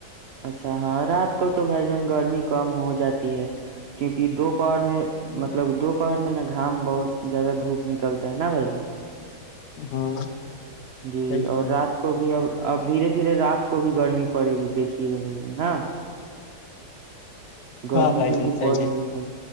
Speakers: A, on the right; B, on the left.
A: اچھا ہاں رات کو تو بھائی جان گرمی کم ہو جاتی ہے کیونکہ دوپہر میں مطلب دوپہر میں نا گھام بہت زیادہ دھوپ نکلتا ہے نا بھ جن
B: ہاں
A: جی
B: صحیح
A: اور رات کو بھی اب اب دھیرے دھیرے رات کو بھی گرمی پڑے گی دیکھیے گا بھائی نا گرمی
B: ہاں بھائی
A: کیوںکہ
B: جان صحیح
A: بڑھ رہی ہے ب